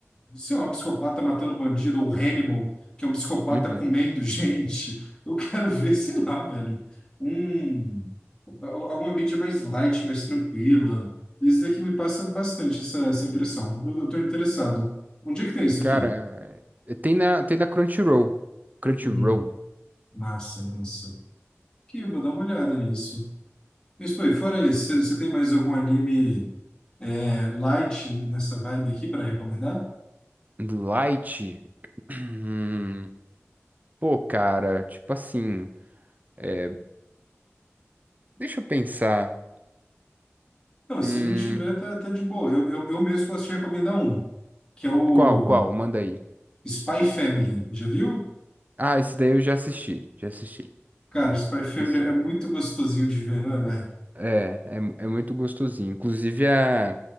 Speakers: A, on the left (about 15°); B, on the right (about 35°).
A: sei lá, um psicopata matando bandido, ou Hannibal, que é um psicopata
B: uhum.
A: comendo <laughs> gente. Eu quero ver, sei lá, velho, um, al- alguma mídia mais light, mais tranquila. Isso daqui me passa bastante, essa, essa impressão. Eu, eu tô interessado. Onde é que tem isso
B: Cara,
A: aqui?
B: é- tem na, tem na Crunchyroll. Crunchyroll.
A: Hum, massa, massa. Aqui, eu vou dar uma olhada nisso. Mas, pô, e fora isso, você você tem mais algum anime é, light nessa vibe aqui para recomendar?
B: Light. Hum, Pô, cara, tipo assim, é, deixa eu pensar.
A: Não,
B: Hum,
A: se não tiver, tá, tá de boa. Eu, eu, eu mesmo posso te recomendar um, que é o
B: qual, qual? Manda aí.
A: Spy Family. Já viu?
B: Ah, esse daí eu já assisti, já assisti.
A: Cara, o Spy Family
B: Esse,
A: é muito gostosinho de ver, não é, velho?
B: é, é, é muito gostosinho. Inclusive, a,